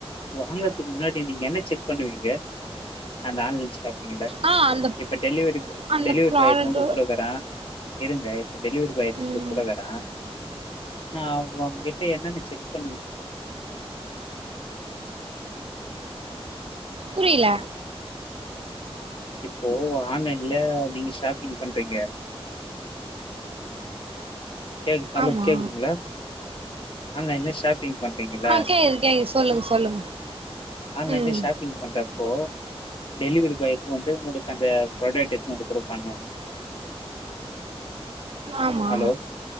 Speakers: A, on the left (about 55°); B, on the right (about 65°).
A: வாங்கறதுக்கு முன்னாடி நீங்க என்ன செக் பண்ணுவீங்க அந்த ஆன்லைன் ஷாப்பிங்ல
B: ஆ அந்த
A: இப்போ டெலிவரி
B: அந்த
A: டெலிவரி
B: ப்ராடக்ட்டு
A: பாய் எத்துனுவந்து உங்கிட்டதரா இருங்க இப்ப டெலிவரி பாய் எடுத்து
B: ம்
A: வந்து உங்கட்ட தரா நா அவ்ங்அவங்கிட் போய் என்னன்ன செக் பண்ணுவீங்
B: புரில
A: இப்போ ஆன்லைன்ல நீங்க ஷாப்பிங் பண்றீங்க கேக் ஹலோ
B: ஆமா
A: கேக்துங்களா ஆன்லைன்ல ஷாப்பிங் பண் றீங்கள
B: ஆ கேக்குது கேக்குது சொல்லுங்க
A: இப்
B: சொல்லுங்க
A: ஆன்லைன்ல
B: ம்
A: ஷாப்பிங் பண்றப் இப்போ டெலிவரி பாய் எத்துண்ணு வன்ட்டு உங்களுக்கு அந்த ப்ராடக்ட் எத்துண்ணு வந்து குடுப்பான்ல
B: ஆமா
A: ஹலோ